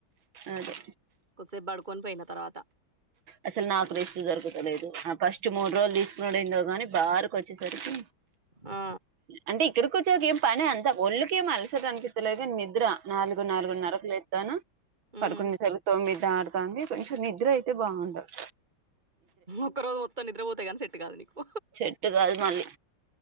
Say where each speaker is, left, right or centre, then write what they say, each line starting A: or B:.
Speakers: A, on the right; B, on the right.
A: అదే
B: కొద్దిసేపు బడుకొని పోయిన తర్వాత
A: అసలు నాకు రెస్ట్ దొరుకుతలేదు ఫస్ట్ మూడు రోజులు తీసుకునుడు ఏందో గాని వారకి వచ్చేసరికి
B: ఆ
A: అంటే ఇక్కడికి వచ్చాక ఏం పని అంతా ఒళ్లుకేం అలసట అనిపిస్తలేదు గాని నిద్ర నాలుగు నాలుగున్నర్రకు లేత్తాను
B: మ్మ్
A: పడుకొన్ని సరి తోమ్మిది దాడుత తాంది కొంచెం నిద్ర అయితే బాగుండదు
B: ఒక్క రోజు మొత్తం నిద్రపోతే కాని సెట్ కాదు నీకు
A: సెట్ కాదు మళ్ళీ